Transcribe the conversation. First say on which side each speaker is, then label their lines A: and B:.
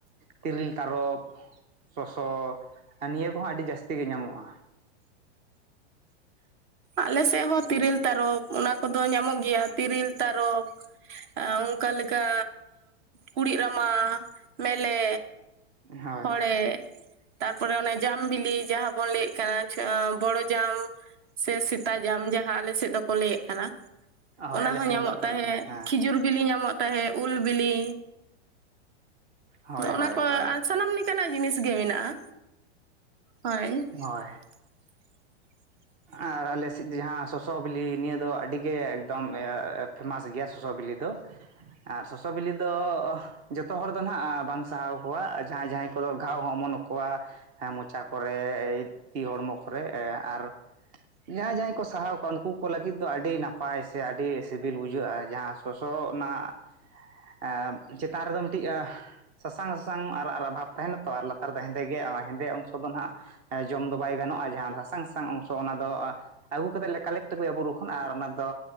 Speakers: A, on the right (about 25°); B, on the right (about 45°).
A: ᱛᱤᱨᱤᱞ ᱛᱟᱨᱚᱯ ᱥᱚᱥᱚ ᱱᱤᱭᱟᱹ ᱠᱚ ᱦᱚᱸ ᱟᱹᱰᱤ ᱡᱟᱹᱥᱛᱤ ᱜᱮ ᱧᱟᱢᱚᱜᱼᱟ
B: ᱟᱞᱮ ᱥᱮᱫ ᱦᱚᱸ ᱛᱤᱨᱤᱞ ᱛᱟᱨᱚᱯ ᱚᱱᱟ ᱠᱚ ᱫᱚ ᱧᱟᱢᱚᱜ ᱜᱮᱭᱟ ᱛᱤᱨᱤᱞ ᱛᱟᱨᱚᱯ ᱚᱱᱠᱟ ᱞᱮᱠᱟ ᱠᱩᱲᱤᱫ ᱨᱟᱢᱟ ᱢᱮᱞᱮ
A: ᱦᱳᱭ
B: ᱦᱚᱲᱮᱜ ᱛᱟᱨᱯᱚᱨᱮ ᱚᱱᱮ ᱡᱟᱢ ᱵᱤᱞᱤ ᱡᱟᱦᱟᱸ ᱵᱚᱱ ᱞᱟᱹᱭ ᱮᱫ ᱠᱟᱱᱟ ᱵᱚᱲᱚᱡᱟᱢ ᱥᱮ ᱥᱮᱛᱟ ᱡᱟᱢ ᱡᱟᱦᱟᱸ ᱟᱞᱮ ᱥᱮᱫ ᱫᱚᱠᱚ ᱞᱟᱹᱭᱮᱫ ᱠᱟᱱᱟ
A: ᱦᱳᱭ
B: ᱚᱱᱟ
A: ᱟᱞᱮ
B: ᱦᱚᱸ
A: ᱥᱮᱱ
B: ᱧᱟᱢᱚᱜ
A: ᱫᱚ
B: ᱛᱟᱦᱮᱸ
A: ᱚᱱᱟ ᱫᱚ ᱦᱮᱸ
B: ᱠᱷᱤᱡᱩᱨ ᱵᱤᱞᱤ ᱧᱟᱢᱚᱜ ᱛᱟᱦᱮᱸ ᱩᱞ ᱵᱤᱞᱤ
A: ᱦᱳᱭ
B: ᱱᱚᱜ ᱱᱚᱣᱟ
A: ᱦᱳᱭ
B: ᱠᱚ
A: ᱦᱳᱭ
B: ᱟᱨ ᱥᱟᱱᱟᱢ ᱞᱮᱠᱟᱱᱟᱜ ᱡᱤᱱᱤᱥ ᱜᱮ ᱢᱮᱱᱟᱜᱼᱟ ᱦᱳᱭ
A: ᱦᱳᱭ
B: <inaudible>
A: ᱟᱨ ᱟᱞᱮ ᱥᱮᱫ ᱡᱟᱦᱟᱸ ᱥᱚᱥᱚ ᱵᱤᱞᱤ ᱱᱤᱭᱟᱹ ᱫᱚ ᱟᱹᱰᱤ ᱜᱮ ᱮᱠᱫᱚᱢ ᱯᱷᱮᱢᱟᱥ ᱜᱮᱭᱟ ᱥᱚᱥᱚ ᱵᱤᱞᱤ ᱫᱚ ᱟᱨ ᱥᱚᱥᱚ ᱵᱤᱞᱤ ᱫᱚ ᱡᱚᱛᱚ ᱦᱚᱲ ᱫᱚ ᱱᱟᱦᱟᱜ ᱵᱟᱝ ᱥᱟᱦᱟᱣ ᱠᱚᱣᱟ ᱡᱟᱦᱟᱸᱭ ᱡᱟᱦᱟᱸᱭ ᱠᱚᱫᱚ ᱜᱷᱟᱣ ᱦᱚᱸ ᱚᱢᱚᱱᱼᱼ ᱠᱚᱣᱟ ᱢᱚᱪᱟ ᱠᱚᱨᱮ ᱮᱭ ᱛᱤ ᱦᱚᱲᱢᱚ ᱠᱚᱨᱮᱼᱮ ᱟᱨ ᱡᱟᱦᱟᱸᱭ ᱡᱟᱦᱟᱸᱭ ᱠᱚ ᱥᱟᱦᱟᱣ ᱠᱚᱣᱟ ᱩᱱᱠᱩ ᱠᱚ ᱞᱟᱹᱜᱤᱫ ᱫᱚ ᱟᱹᱰᱤ ᱱᱟᱯᱟᱭ ᱥᱮ ᱟᱹᱰᱤ ᱥᱤᱵᱤᱞ ᱵᱩᱡᱷᱟᱹᱜᱼᱟ ᱡᱟᱦᱟᱸ ᱥᱚᱥᱚ ᱚᱱᱟ ᱮᱸ ᱪᱮᱛᱟᱱ ᱨᱮ ᱫᱚ ᱢᱤᱫᱴᱤᱡ ᱥᱟᱥᱟᱝ ᱥᱟᱥᱟᱝ ᱟᱨᱟᱜ ᱟᱨᱟᱜ ᱵᱷᱟᱵᱽ ᱛᱟᱦᱮᱱᱟᱛᱚ ᱟᱨ ᱞᱟᱛᱟᱨ ᱫᱚ ᱦᱮᱸᱫᱮ ᱜᱮ ᱦᱮᱸᱫᱮ ᱚᱝᱥᱚ ᱫᱚ ᱱᱟᱦᱟᱜ ᱡᱚᱢ ᱫᱚ ᱵᱟᱭ ᱜᱟᱱᱚᱜᱼᱟ ᱡᱟᱦᱟᱸ ᱥᱟᱥᱟᱝ ᱥᱟᱥᱟᱝ ᱚᱝᱥᱚ ᱚᱱᱟ ᱫᱚᱼᱼ ᱟᱹᱜᱩ ᱠᱟᱛᱮᱫ ᱞᱮ ᱠᱟᱞᱮᱠᱴ ᱟᱹᱜᱩᱭᱟ ᱵᱩᱨᱩ ᱠᱷᱚᱱ ᱟᱨ ᱚᱱᱟ ᱫᱚ